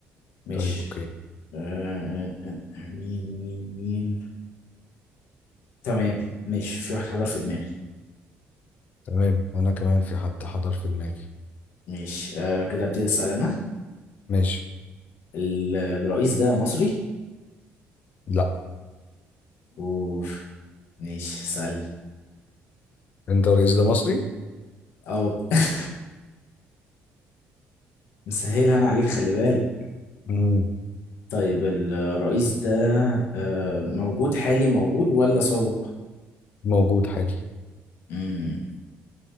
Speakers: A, on the left (about 75°); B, on the left (about 40°).
A: ماشي
B: طيب اوكي
A: أه أه، أه، مين مين مين تمام ماشي في واحد حضر في دماغي
B: تمام وانا كمان في حد حضر في دماغي
A: ماشي أه لو كده ابتدي أسأل أنا
B: ماشي
A: ال- الرئيس ده مصري
B: لا
A: اوف ماشي سألني
B: انت الرئيس ده مصري
A: اه <laughs> مسهلها أنا عليك خلي بالك
B: مم.
A: طيب الرئيس ده آه، موجود حالي موجود ولا سابق
B: موجود حالي
A: امم